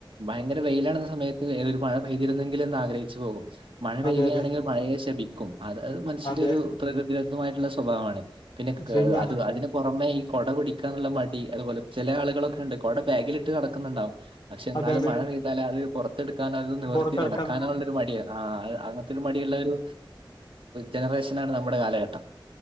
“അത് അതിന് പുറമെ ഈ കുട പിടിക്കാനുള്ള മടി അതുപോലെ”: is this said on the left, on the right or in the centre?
Right